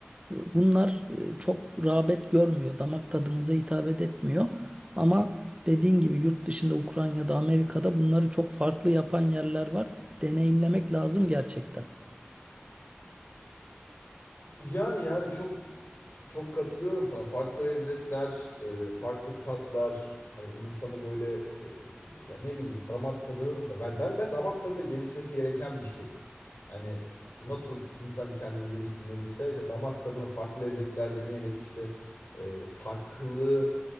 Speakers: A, on the right; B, on the left.
A: E, Bunlar e, çok rağbet görmüyor, damak tadımıza hitap etmiyor. Ama dediğin gibi yurt dışında Ukrayna'da, Amerika'da bunları çok farklı yapan yerler var. Deneyimlemek lazım gerçekten.
B: Yani yani çok Çok katılıyorum sana. Farklı lezzetler, e, farklı tatlar, hani insanı böyle e, ya ne bileyim damak tadını da ben, ben ben damak tadı da gelişmesi gereken bir şey. Hani nasıl insan kendini geliştirmeliyse işte damak tadını farklı lezzetler deneyerek işte e, farklı